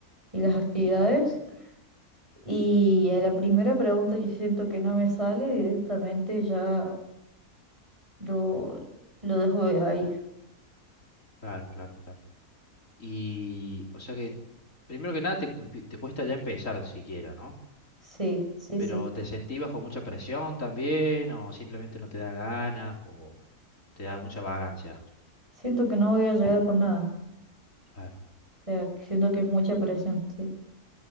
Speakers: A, on the right; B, on the left.
A: y las actividades. Y a la primera pregunta que siento que no me sale, directamente ya lo, lo dejo de ahí.
B: claro, claro, claro. Y o sea que primero que nada te, cu- te cuesta ya empezar siquiera, ¿no?
A: Sí, sí,
B: Pero
A: sí.
B: ¿te sentís bajo mucha presión también o simplemente no te da ganas o te da mucha vagancia?
A: Siento que no voy a llegar con nada.
B: Claro,
A: O sea, que siento que es mucha presión. Sí,